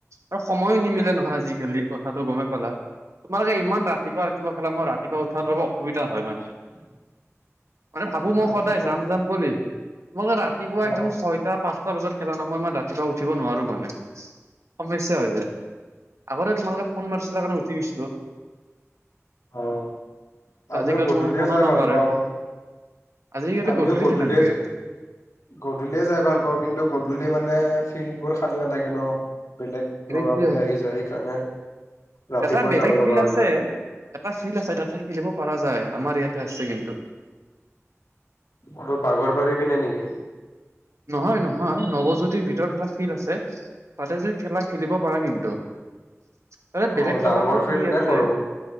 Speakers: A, on the right; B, on the left.
A: আৰু সময় নিমিলে নহয় আজিকালি। কথাটো গমে পালা। তোমাৰ এই ইমান ৰাতিপুৱা ৰাতিপুৱা খেলা, মই ৰাতিপুৱা উঠাত অলপ অসুবিধা হয় মানে।
B: <unintelligible>
A: মানে ভাবোঁ মই
B: ৰাতিপুৱা
A: সদায় যাম যাম বুলি। মোক ৰাতিপুৱা
B: অ
A: একদম ছয়- টা পাঁচটা বজাত খেলা ন'। মই ইমান ৰাতিপুৱা উঠিব নোৱাৰোঁ মানে। সমস্যা হৈ যায়। আগতে তোমালোকে ফোন মাৰিছিলা কাৰণে উঠি গিছিলোঁ।
B: অহ, আমিও
A: আজিকালি
B: গধূলিয়ে
A: কোনো ফোনো
B: যাই
A: নামাৰে
B: ভাল পাওঁ।
A: আজিকালি
B: আমিও
A: গধূলি
B: গধূলিয়ে
A: খেলা নেকি
B: যে- গধূলিয়ে যাই ভাল পাওঁ, কিন্তু গধূলি মানে ফিল্ডবোৰ খালি নাথাকে ন। বেলেগ-
A: সেইটোয়ে
B: ল'ৰা বোলে আহি যায় সেইকাৰণে ৰাতিপুৱাই
A: এটা বেলেগ
B: যাব লগা
A: ফিল্ড
B: হৈ
A: আছে
B: যায়।
A: এটা ফিল্ড আছে তাতে খেলিব পাৰা যায়। আমাৰ ইয়াতে আছে কিন্তু।
B: অতু বাগৰবাৰি পিনে নেকি?
A: নহয় নহয়, নৱজ্যোতিৰ ভিতৰত এটা ফিল্ড আছে, তাতে যে খেলা খেলিব পাৰা কিন্তু। তাত বেলেগ
B: অ ডাঙৰ
A: ল'ৰাবোৰো
B: ফিল্ড
A: খেলি
B: নে
A: আছে।
B: সৰু